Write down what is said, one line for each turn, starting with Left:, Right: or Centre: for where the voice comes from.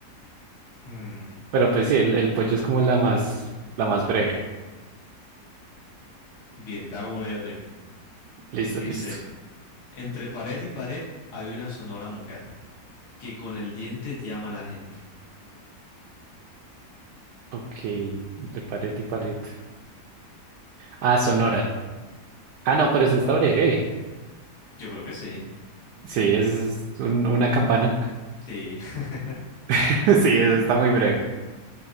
Left: Mm,
Right: Pero pues sí, el, el pollo es como la más, la más breve.
Left: Bien, te hago una yo a ti.
Right: Listo,
Left: Dice,
Right: listo.
Left: entre pared y pared hay una sonora mujer que con el diente llama a la gente.
Right: Ok, entre pared y pared. Ah, Sonora. Ah, no, pero esa está breve.
Left: Yo creo que sí.
Right: Sí, es un- una campana.
Left: Sí. <laughs>
Right: <laughs> Sí, eso está muy breve.